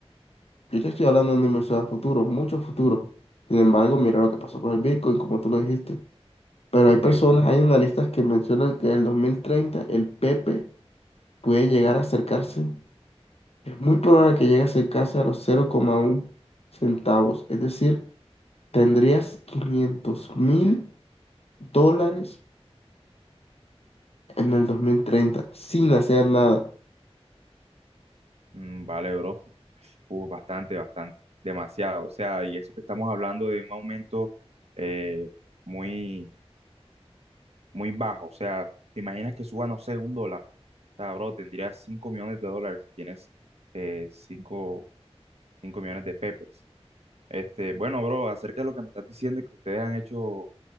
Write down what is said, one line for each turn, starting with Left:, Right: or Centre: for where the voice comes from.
Left: yo te estoy hablando de una inversión a futuro, mucho futuro. Sin embargo, mira lo que pasó con el Bitcoin, como tú lo dijiste. Pero
Right: Sí,
Left: hay personas,
Right: bro.
Left: hay analistas que mencionan que en el 2030 el Pepe puede llegar a acercarse, es muy probable que llegue a acercarse a los 0,1 centavos. Es decir, tendrías quinientos mil dólares en el 2030 sin hacer nada.
Right: Mm, Vale, bro. Uf, bastante, bastante. Demasiado. O sea, y eso que estamos hablando de un aumento eh, muy, muy bajo. O sea, te imaginas que suba, no sé, un dólar. O sea, bro, tendrías cinco millones de dólares si tienes eh, cinco cinco millones de peppers. Este, bueno, bro, acerca de lo que me estás diciendo, que ustedes han hecho